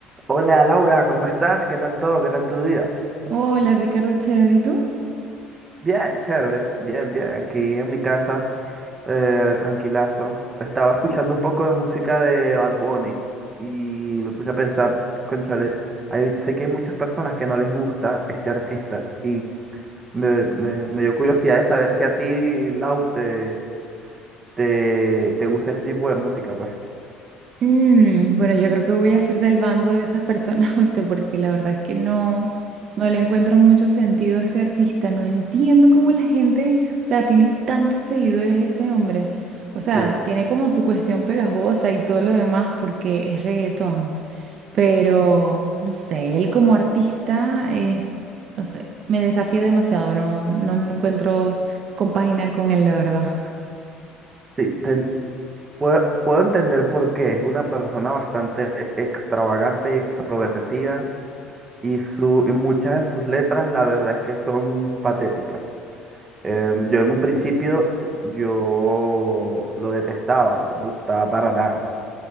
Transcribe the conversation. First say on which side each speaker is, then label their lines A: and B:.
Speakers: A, on the right; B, on the right.
A: Hola Laura, ¿cómo estás? ¿Qué tal todo? ¿Qué tal tu día?
B: Hola Ricardo, chévere, ¿y tú?
A: Bien, chévere, bien, bien. Aquí en mi casa, eh, tranquilazo. Estaba escuchando un poco de música de Bad Bunny y me puse a pensar, cónchale, hay- sé que hay muchas personas que no les gusta este artista y me, me- me dio curiosidad de saber si a ti, Lau, te, te, te gusta este tipo de música, pues.
B: Mm, bueno, yo creo que voy a ser del bando de esas personas, <laughs> ¿oíste? Porque la verdad es que no, no le encuentro mucho sentido a ese artista. No entiendo cómo la gente, o sea, tiene tantos seguidores ese hombre. O sea,
A: Sí.
B: tiene como su cuestión pegajosa y todo lo demás porque es reggaetón. Pero, no sé, él como artista, es, no sé, me desafía demasiado. No, no, no encuentro compaginar con él, la verdad.
A: Sí, te- puedo, puedo entender por qué. Es una persona bastante extravagante y extrovertida Y, su, y muchas de sus letras, la verdad es que son patéticas. Eh, yo en un principio, yo lo detestaba, no me gustaba para nada.